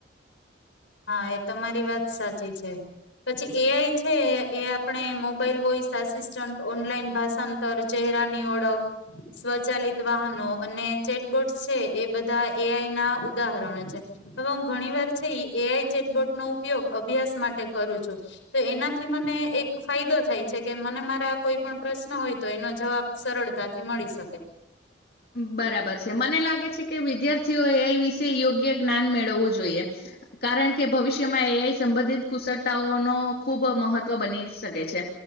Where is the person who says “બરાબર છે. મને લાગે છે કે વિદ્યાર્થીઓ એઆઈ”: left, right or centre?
Left